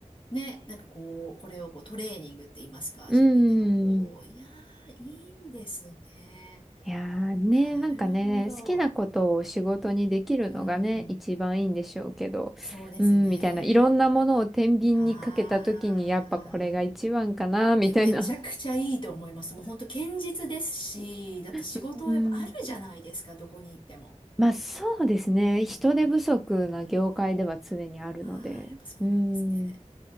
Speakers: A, on the left; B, in the centre.
A: う、ね、なんかこう、これをこうトレーニングって言いますか、
B: うん。
A: 自分でのこう、いやー、いいですね。
B: いやーね、
A: なるほど。
B: なんかね、好きなことを仕事にできるのがね、
A: うん。
B: 一番いいんでしょうけど、
A: そうですね。
B: うん、みたいな、いろんなものを天秤にかけたときに、
A: ああ。
B: やっぱこれが一番かな、みたいな。
A: え、めちゃくちゃいいと思います。もう本当堅実ですし、だって仕事やっぱあるじゃないですか、
B: <laughs> うん。
A: どこに行っても。
B: まあそうですね、
A: うん。
B: 人手不足な業界では常にあるので、
A: ああ、やっぱそうなんですね。
B: うん、